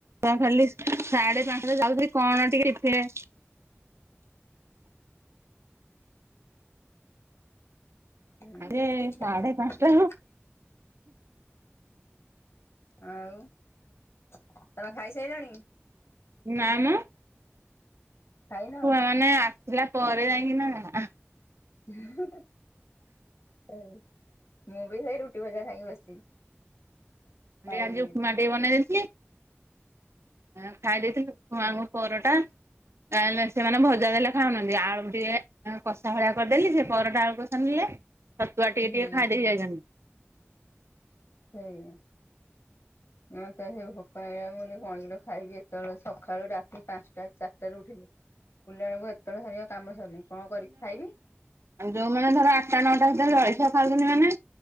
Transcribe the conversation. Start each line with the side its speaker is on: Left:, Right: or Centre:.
Right: କଁ ଖାଲି ସାଢେ ପାଞ୍ଚଟାରେ ଯାଉଚି କଣ ଟିକେ ସେ
Left: ହୁଁ।
Right: ଆରେ ସାଢେ ପାଞ୍ଚଟା
Left: ଆଉ ତମେ ଖାଇସାଇଲଣି।
Right: ନାମ।
Left: ଖାଇନ?
Right: ଛୁଆ ମାନେ ଆସିଲା ପରେ ଯାଇକି ନା ଯାହା।
Left: ହୁଁ ହୁଁ ହଉ ମୁଁ ବି ସେଇ ରୁଟି ଭଜା ଖାଇକି ବସିଚି।
Right: <unintelligible>
Left: ଖାଇନି
Right: ଉପମା
Left: କିଛି
Right: ଟିକେ ବନେଇ ଦେଇଥିଲି। ଖାଇ ଦେଇଥିଲୁ ଉପମା ଆଉ ପରଟା। ନାଇଁ ନାଇଁ ସେମାନେ ଭଜା ଦେଲେ ଖାଉନାହାନ୍ତି। ଆଳୁ ଟିକେ କଷା ଭଳିଆ କରିଦେଲି ସେ ପରଟା ଆଳୁକସା ନେଲେ। ଛତୁଆ ଟିକେ
Left: ହୁଁ
Right: ଟିକେ ଖାଇଦେଇକି ଯାଇଛନ୍ତି।
Left: ସେଇଆ। ମତେ ସେ ଭୋକା ନାଗିଲା। ମୁଁ କହିଲି କଣ କିଲୋ ଖାଇକି ଏତେବେଳେ ସକାଳୁ ରାତି ପାଞ୍ଚଟା ଚାରିଟା ରେ ଉଠିଲି। ଉଠିଲା ବେଳକୁ ଏତଳ ସାରିକା କାମ ସରିନି କଣ କରିକି ଖାଇବି।
Right: ଆଉ ଯୋଉମାନେ ଧର ଆଠଟା ନଅଟା ଭିତରେ ଜଳସିଆ ଖାଉଛନ୍ତି ମାନେ